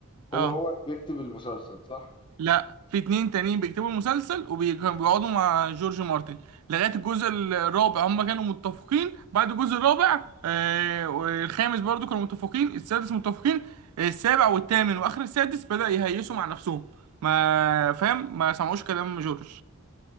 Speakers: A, on the right (about 85°); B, on the left (about 20°).
A: اه
B: هو هو اللي بيكتب المسلسل صح
A: لا في اتنين تانيين بيكتبوا المسلسل وبيقعدوا مع جورج مارتن لغايه الجزء الرابع هم كانوا متفقين بعد الجزء الرابع آه والخامس برضو كانوا متفقين السادس متفقين السابع والثامن واخر السادس بدأ يهيسوا مع نفسهم ما فاهم ما سمعوش كلام جورج